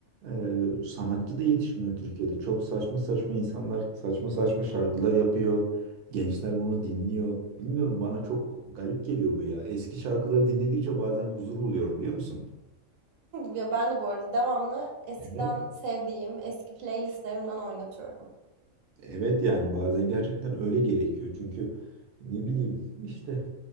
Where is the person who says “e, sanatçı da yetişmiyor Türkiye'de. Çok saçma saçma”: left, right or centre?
Right